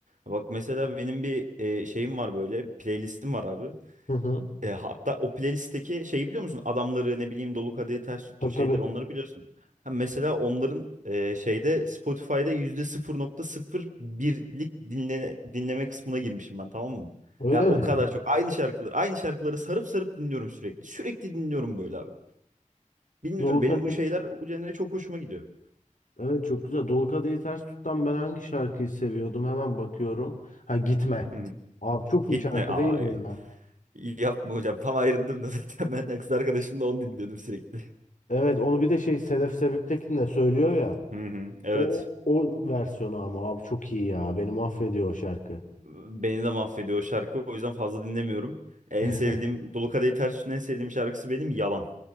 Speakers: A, on the right (about 70°); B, on the left (about 70°).
A: Bak mesela benim bir e, şeyim var böyle playlistim var abi.
B: Hı hı.
A: E, hatta o playlistteki şeyi biliyor musun? Adamları ne bileyim Dolu Kadehi Ters Tuttur
B: Tabii
A: şeyler
B: tabii.
A: onları biliyorsun. Ha, mesela onların e, şeyde Spotify'da yüzde sıfır sıfır nokta sıfır birlik dinleme, dinleme kısmına girmişim ben tamam mı?
B: Öyle
A: Ya
B: mi?
A: o kadar
B: <laughs>
A: çok aynı şarkıları aynı şarkıları sarıp sarıp dinliyorum sürekli. Sürekli dinliyorum böyle abi. Bilmiyorum
B: Dolu Kadehi,
A: benim bu şeyler bu genre çok hoşuma gidiyor.
B: evet çok güzel. Dolu Kadehi Ters Tut'tan ben hangi şarkıyı seviyordum? Hemen bakıyorum. Ha Gitme.
A: Hı hı.
B: Abi çok
A: Gitme
B: iyi şarkı
A: aa.
B: değil mi ya?
A: İyi yapma hocam. Tam ayrıldım da zaten ben kız arkadaşımla onu dinliyordum sürekli.
B: Evet onu bir de şey Sedef Sebüktekin de söylüyor ya.
A: Hı hı, evet.
B: O, o, o versiyonu ama abi çok iyi ya. Beni mahvediyor o şarkı.
A: Beni de mahvediyor o şarkı. O yüzden fazla dinlemiyorum. En
B: <laughs>
A: sevdiğim Dolu Kadehi Ters Tut'un en sevdiğim şarkısı benim Yalan.